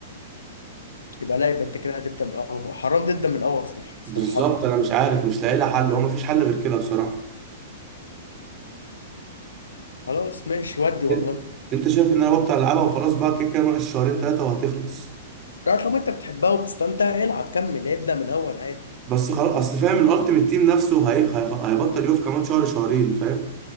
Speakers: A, on the left; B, on the right.
A: يبقى لا يبقى انت كده هتبدا من اول حرام تبدا من اول صراحه صراحه
B: بالظبط انا مش عارف مش لاقي لها حل هو مفيش حل غير كده بصراحه
A: خلاص ماشي ودي والله
B: انت أنت شايف ان انا ببطل العبها وخلاص بقى كده كده ناقص شهرين ثلاثه وهتخلص
A: لا طب انت بتحبها وبتستمتع العب كمل ابدا من اول عادي
B: بس خلاص اصل فاهم الالتيميت تيم نفسه هي... هي... هيبطل يقف كمان شهر شهرين فاهم